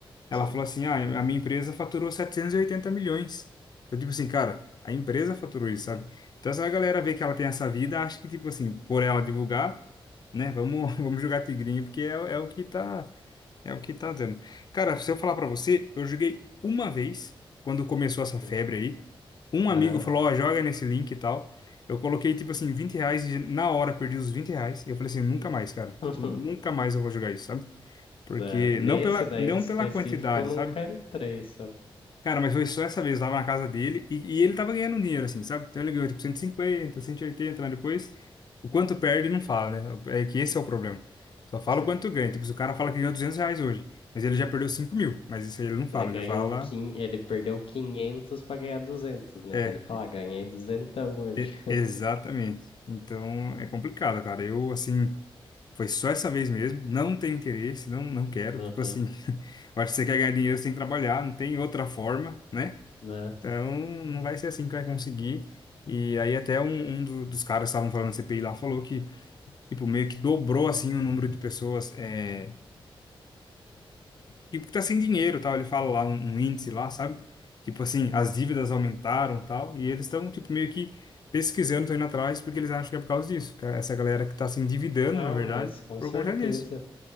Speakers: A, on the left; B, on the left.
A: Ela
B: sim.
A: falou assim, ah, a minha empresa faturou 780 milhões. eu tipo assim, cara, a empresa faturou isso, sabe? Então, essa galera vê que ela tem essa vida, acha que, tipo assim, por ela divulgar, né? Vamos, <laughs> vamos jogar tigrinho, porque é, o- é o que tá. É o que tá dando. Cara, se eu falar pra você, eu joguei uma vez, quando começou essa
B: Hum.
A: febre aí. Um
B: Aham.
A: amigo falou, ó, joga nesse link e tal. Eu coloquei, tipo assim, 20 reais e na hora perdi os 20 reais. E eu falei assim, nunca mais, cara.
B: <laughs>
A: Tipo, nunca mais eu vou jogar isso, sabe? Porque,
B: É, nesse
A: não pela,
B: daí
A: não
B: em específico
A: pela quantidade,
B: eu nunca
A: sabe?
B: entrei, sabe?
A: Cara, mas foi só essa vez, eu tava na casa dele e, e ele tava ganhando dinheiro, assim, sabe? Então ele ganhou tipo 150, 180, mas depois o quanto perde não fala, né? É que esse é o problema. Só fala
B: Sim.
A: o quanto ganha. Tipo, se o cara fala que ganhou 200 reais hoje, mas ele já perdeu 5 mil, mas isso aí ele não fala,
B: Ele ganhou,
A: ele fala.
B: quin... ele perdeu 500 pra ganhar duzentos né?
A: É,
B: Dele falar, ganhei duzentão hoje.
A: e-
B: <laughs>
A: exatamente. Então é complicado, cara. Eu, assim, foi só essa vez mesmo, não tenho interesse, não, não quero.
B: Aham,
A: Tipo assim, <laughs> eu acho que você quer ganhar dinheiro, você tem que trabalhar, não tem outra forma, né?
B: né?
A: Então, não vai ser assim que vai conseguir. E aí até um, um do- dos caras que estavam falando na CPI lá falou que, tipo, meio que dobrou, assim, o número de pessoas, é... tipo, que tá sem dinheiro, tal. Ele fala lá um, um índice lá, sabe? Tipo assim, as dívidas aumentaram, tal. E eles estão, tipo, meio que pesquisando, estão indo atrás, porque eles acham que é por causa disso. que é Essa galera que tá se endividando,
B: Não,
A: na verdade,
B: mas com
A: por
B: certeza.
A: conta disso.